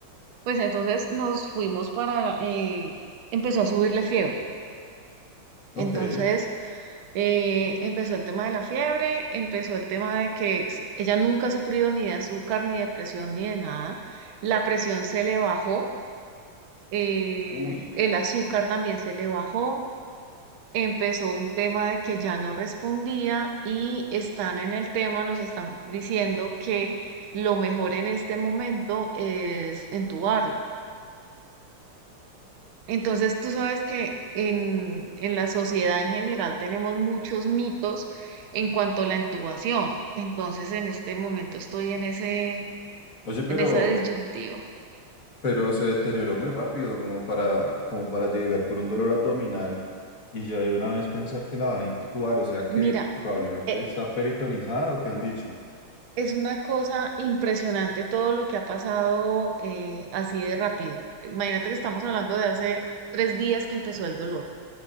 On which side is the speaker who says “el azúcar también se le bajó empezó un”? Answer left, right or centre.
Right